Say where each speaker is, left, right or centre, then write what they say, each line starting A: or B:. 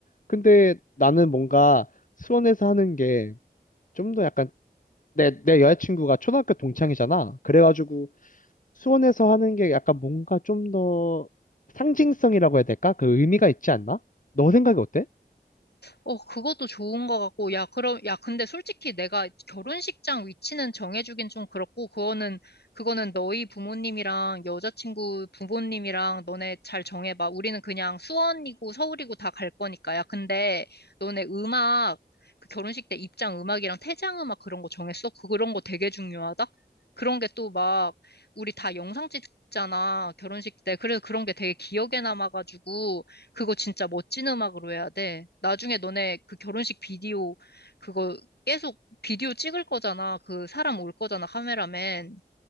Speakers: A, on the left (about 50°); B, on the left (about 75°).
A: 근데 나는 뭔가 수원에서 하는 게 좀 더 약간 내, 내 여자친구가 초등학교 동창이잖아 그래가지고 수원에서 하는 게 약간 뭔가 좀 더 상징성이라고 해야 될까? 그 의미가 있지 않나? 너 생각이 어때?
B: 어, 그것도 좋은 것 같고, 야, 그럼, 야, 근데 솔직히 내가 결혼식장 위치는 정해주긴 좀 그렇고, 그거는, 그거는 너희 부모님이랑 여자친구 부모님이랑 너네 잘 정해봐. 우리는 그냥 수원이고 서울이고 다 갈 거니까. 야, 근데 너네 음악, 그 결혼식 때 입장 음악이랑 퇴장 음악 그런 거 정했어? 그- 그런 거 되게 중요하다? 그런 게 또 막, 우리 다 영상 찍잖아, 결혼식 때. 그래서 그런 게 되게 기억에 남아가지고, 그거 진짜 멋진 음악으로 해야 돼. 나중에 너네 그 결혼식 비디오 그거 계속 비디오 찍을 거잖아. 그 사람 올 거잖아, 카메라맨.